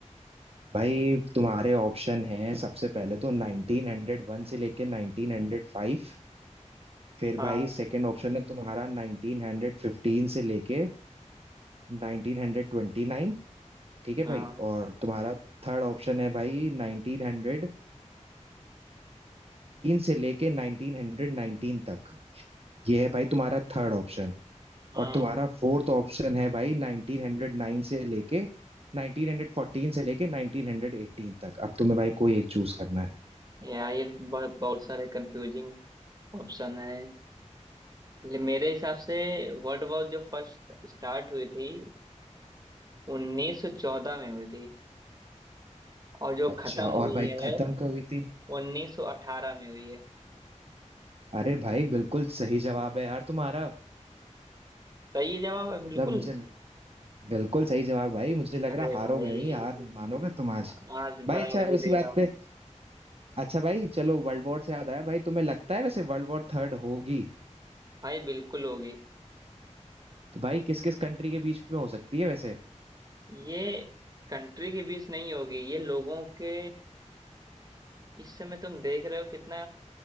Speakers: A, on the right (about 50°); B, on the right (about 30°).
A: भाई तुम्हारे ऑप्शन हैं सबसे पहले तो 1901 से लेके 1905 फिर
B: हाँ
A: भाई सेकंड ऑप्शन है तुम्हारा 1915 से लेके 1929 ठीक है
B: हाँ
A: भाई और तुम्हारा थर्ड ऑप्शन है भाई 1914 से लेके 1919 तक ये है भाई तुम्हारा थर्ड ऑप्शन
B: हाँ
A: और तुम्हारा फोर्थ ऑप्शन है भाई 1909 से लेके 1914 से लेके 1918 तक अब तुम्हें भाई कोई एक चूज करना है
B: यार ये तो बहुत बहुत सारे कंफ्यूजिंग ऑप्शन है ले- मेरे हिसाब से वर्ल्ड वॉर जो फर्स्ट स्टार्ट हुई थी 1914 में हुई थी और जो
A: अच्छा
B: खत्म हुई
A: और भाई
B: है
A: खत्म कब हुई थी
B: 1918 में हुई है
A: अरे भाई बिल्कुल सही जवाब है यार तुम्हारा
B: सही है जवाब है बिल्कुल
A: मतलब मुझे बिल्कुल सही जवाब भाई मुझे लग
B: अरे
A: रहा हारोगे
B: भाई
A: नहीं हार नहीं मानोगे तुम आज
B: आज
A: भाई
B: बराबरी
A: अच्छा इसी
B: दे
A: बात
B: रहा हूँ
A: पे अच्छा भाई चलो वर्ल्ड वॉर से याद आया भाई तुम्हें लगता है वैसे वर्ल्ड वॉर थर्ड होगी
B: भाई बिल्कुल होगी
A: तो भाई किस किस कंट्री के बीच में हो सकती है वैसे
B: ये कंट्री के बीच नहीं होगी ये लोगों के इस समय तुम देख रहे हो कितना